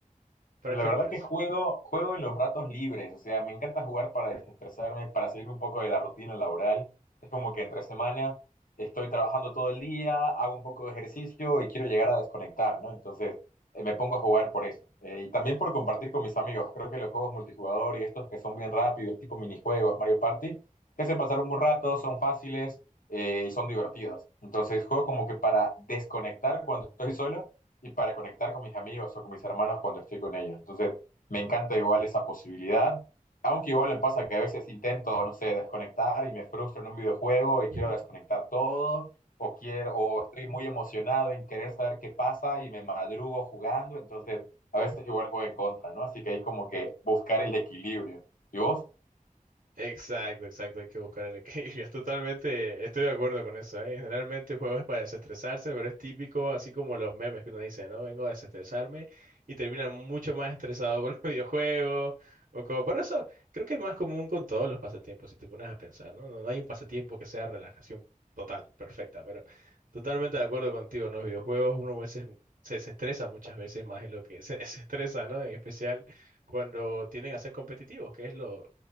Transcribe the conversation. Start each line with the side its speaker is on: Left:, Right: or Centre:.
Right: ¿Para
Left: La
Right: qué
Left: verdad
Right: juegas?
Left: que juego, juego en los ratos libres, o sea, me encanta jugar para desestresarme, para salir un poco de la rutina laboral. Es como que entre semana estoy trabajando todo el día, hago un poco de ejercicio y quiero llegar a desconectar, ¿no? Entonces, eh, me pongo a jugar por eso. Eh, y también por compartir con mis amigos. Creo que los juegos multijugador y estos que son bien rápidos, tipo minijuegos, Mario Party, te hacen pasar un buen rato, son fáciles eh, y son divertidos. Entonces, juego como que para desconectar cuando estoy <laughs> solo y para conectar con mis amigos o con mis hermanos cuando estoy con ellos. Entonces, me encanta igual esa posibilidad, aunque igual me pasa que a veces intento, no sé, desconectar y me frustro en un videojuego y
Right: <laughs>
Left: quiero desconectar todo, o quiero, o estoy muy emocionado en querer saber qué pasa y me madrugo jugando, entonces a veces igual voy en contra, ¿no? Así que hay como que buscar el equilibrio. ¿Y vos?
Right: Exacto, exacto, hay que buscar el equilibrio. <laughs> Totalmente estoy de acuerdo con eso, ¿eh? Generalmente el juego es para desestresarse, pero es típico, así como los memes que uno dice, ¿no? Vengo a desestresarme y terminan mucho más estresado con los <laughs> videojuegos o como... Por eso creo que es más común con todos los pasatiempos, si te pones a pensar, ¿no? No, no hay un pasatiempo que sea relajación total, perfecta, pero totalmente de acuerdo contigo, en los videojuegos uno a veces se desestresa muchas veces más en lo que se <laughs> desestresa, ¿no? En especial cuando tienden a ser competitivos, que es lo